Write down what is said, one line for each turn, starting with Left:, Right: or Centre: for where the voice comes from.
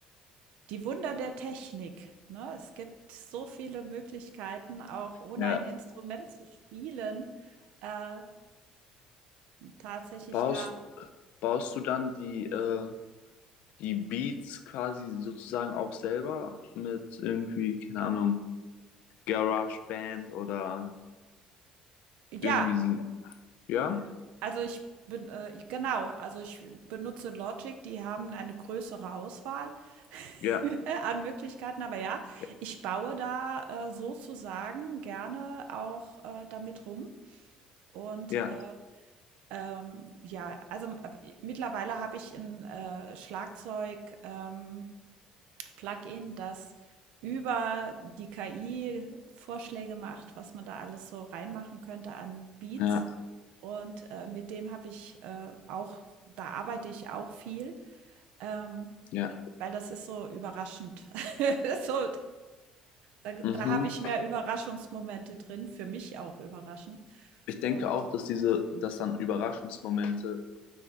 Right: die Wunder der Technik, ne? Es gibt so viele Möglichkeiten, auch ohne
Left: ja.
Right: ein Instrument zu spielen, äh, tatsächlich
Left: Baust,
Right: da
Left: baust du dann die, äh, die Beats quasi sozusagen auch selber mit irgendwie, keine Ahnung, GarageBand oder
Right: ja.
Left: irgendwie, sie ja,
Right: Also ich bin, äh, ich- genau, also ich benutze Logic, die haben eine größere Auswahl <laughs>
Left: ja,
Right: an Möglichkeiten, aber ja,
Left: ja,
Right: ich baue da äh, sozusagen gerne auch äh, damit rum. Und
Left: ja,
Right: äh, ähm, ja, also äh, mittlerweile habe ich ein äh, Schlagzeug. Ähm, Plugin, das über die KI Vorschläge macht, was man da alles so reinmachen könnte an Beats.
Left: ja.
Right: Und äh, mit dem habe ich äh, auch, da arbeite ich auch viel, ähm,
Left: ja.
Right: weil das ist so überraschend. <laughs> so, da da
Left: Mhm.
Right: habe ich mehr Überraschungsmomente drin, für mich auch überraschend.
Left: Ich
Right: Und
Left: denke auch, dass diese, dass dann Überraschungsmomente